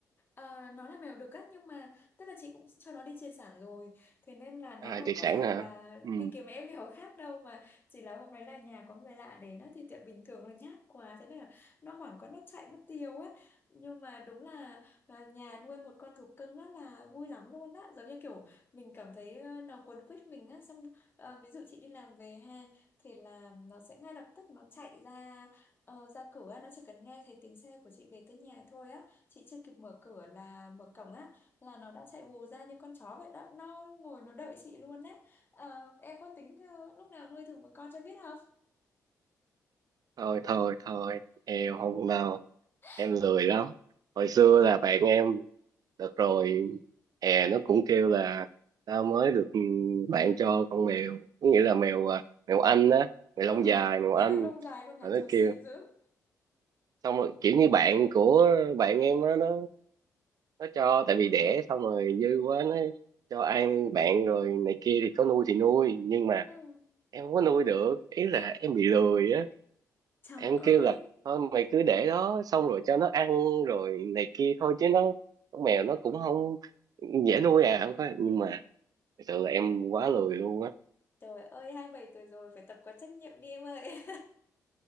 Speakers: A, on the left; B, on the right.
A: À, nó là mèo đực á nhưng mà tức là chị cũng cho nó đi chia sản rồi thế nên là nó
B: à,
A: không
B: chị
A: có
B: sẵn
A: phải
B: hả
A: là
B: ừ.
A: đi kiếm em mèo khác đâu mà chỉ là hôm đấy là nhà có người lạ đến á thì tiệm bình thường nó nhát quá thế nên là nó hoảng quá nó chạy mất tiêu ấy nhưng mà đúng là là nhà nuôi một con thú cưng á là vui lắm luôn á giống như kiểu mình cảm thấy ờ, nó quấn quýt mình á xong ờ, ví dụ chị đi làm về ha thì là nó sẽ ngay lập tức nó chạy ra ờ, ra cửa nó chỉ cần nghe thấy tiếng xe của chị về tới nhà thôi á chị chưa kịp mở cửa là mở cổng á là nó đã chạy vù ra như con chó vậy đó nó ngồi nó đợi chị luôn đấy Ờ, em có tính ờ, lúc nào nuôi thử một con cho biết không
B: thôi thôi thôi em không đâu
A: <laughs>
B: em lười lắm hồi xưa là bạn em được rồi hè nó cũng kêu là tao mới được ừ, bạn cho con mèo có nghĩa là mèo à, mèo anh á mèo
A: Ờ,
B: lông dài mèo
A: mèo
B: anh
A: anh lông dài luôn hả
B: rồi nó
A: trời
B: kêu
A: xịn dữ
B: xong rồi kiểu như bạn của bạn em á nó nó cho tại vì đẻ xong rồi dư quá nó cho ăn bạn rồi này kia thì có nuôi thì nuôi nhưng mà
A: ừ.
B: em không có nuôi được ý là
A: <laughs>
B: em bị lười á
A: trời
B: em
A: ơi
B: kêu là thôi mày cứ để
A: Ừ.
B: đó xong rồi cho nó ăn rồi này kia thôi chứ nó con mèo nó cũng không dễ nuôi à không có nhưng mà thật sự là em quá lười luôn á
A: trời ơi 27 tuổi rồi phải tập có trách nhiệm đi em ơi